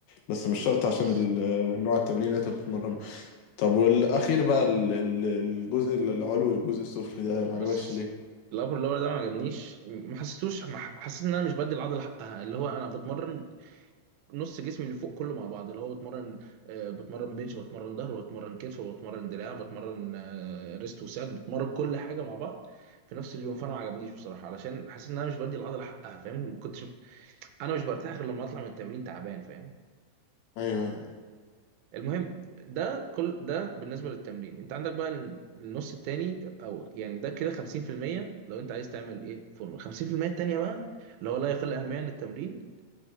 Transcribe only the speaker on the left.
بس مش
شرط عشان ال... نوع التمرين اللي انت بتتمرنه طب والاخير بقى ال... ال- الجزء العلوي والجزء السفلي ده ما
عجبكش ليه
ايوه ايوه